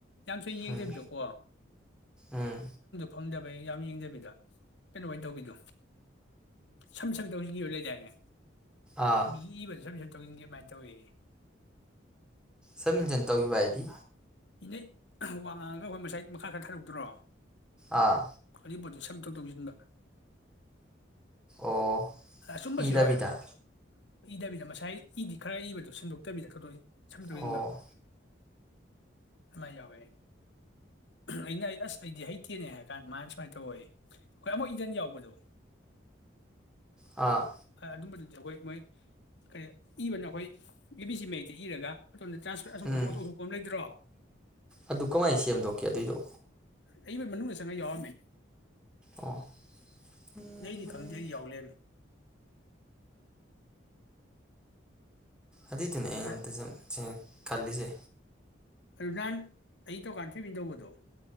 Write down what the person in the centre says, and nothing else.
ꯎꯝ ꯎꯝ
ꯑꯥ
ꯆꯠꯃꯤꯟꯁꯟ ꯇꯧꯈꯤꯕ ꯍꯥꯏꯗꯤ
ꯑꯥ
ꯑꯣ
ꯏꯗꯕꯤꯗ
ꯑꯣ
ꯑꯥ
ꯎꯝ
ꯑꯗꯨ ꯀꯃꯥꯏꯅ ꯁꯦꯝꯗꯣꯛꯀꯦ ꯑꯗꯨꯏꯗꯣ
ꯑꯣ ꯎꯝ
ꯎꯝ
ꯑꯗꯨꯏꯗꯨꯅꯦ ꯑꯩꯩꯅ
ꯑꯝꯇ ꯈꯜꯂꯤꯁꯦ